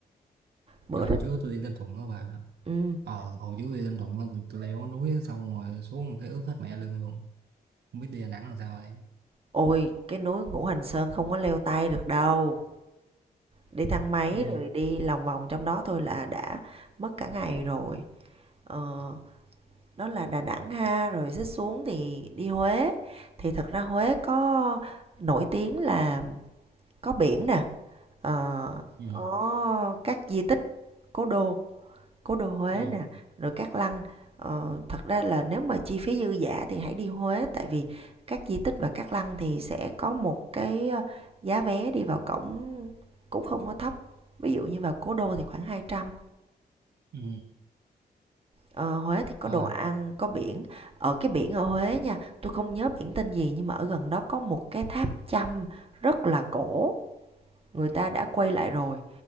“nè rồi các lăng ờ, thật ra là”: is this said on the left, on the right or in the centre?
Right